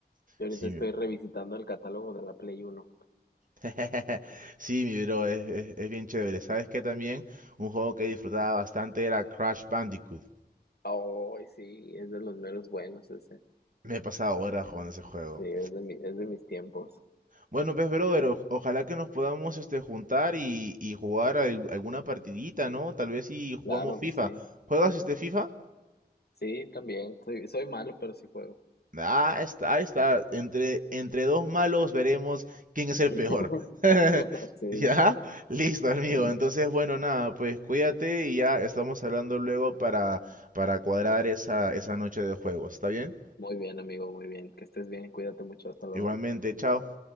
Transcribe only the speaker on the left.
Yo
ahorita estoy revisitando el catálogo de la Play Uno.
Ay, sí, es de los meros buenos ese.
Sí, es de mi, es de mis tiempos.
Claro
que sí.
Sí, también. Soy, soy malo, pero sí juego.
<laughs>
Sí,
sí.
Muy bien, amigo, muy bien. Que estés bien, cuídate mucho, hasta luego.